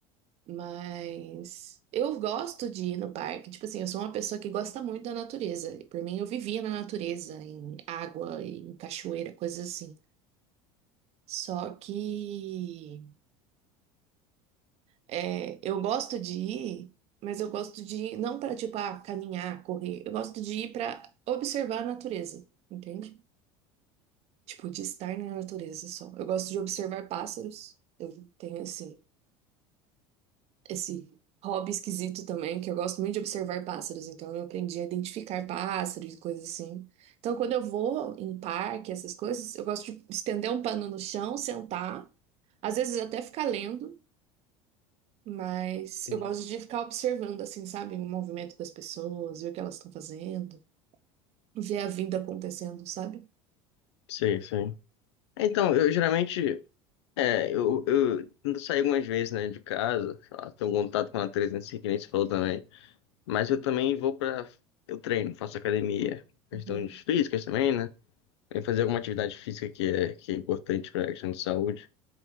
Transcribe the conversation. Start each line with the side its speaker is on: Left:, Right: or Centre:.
Right: Mas eu gosto de ir no parque. Tipo assim, eu sou uma pessoa que gosta muito da natureza. E por mim, eu vivia na natureza, em água, em cachoeira, coisas assim. Só que é, eu gosto de ir, mas eu gosto de ir não para, tipo, ah, caminhar, correr. Eu gosto de ir para observar a natureza, entende? Tipo, de estar na natureza só. Eu gosto de observar pássaros. Eu tenho, assim, esse hobby esquisito também, que eu gosto muito de observar pássaros, então eu aprendi a identificar pássaros e coisas assim. Então, quando eu vou em parque, essas coisas, eu gosto de estender um pano no chão, sentar, às vezes até ficar lendo, mas eu
Left: Uhum.
Right: gosto de ficar observando, assim, sabe, o movimento das pessoas, ver o que elas estão fazendo, ver a vida acontecendo, sabe?
Left: Sei, sei. Então, eu geralmente, é, eu, eu tento sair algumas vezes, né, de casa, sei lá, tenho um contato com a natureza, assim, que nem você falou também, mas eu também vou pra, eu treino, faço academia, questões
Right: Uhum.
Left: físicas também, né, e fazer alguma atividade física que é, que é importante pra questão de saúde,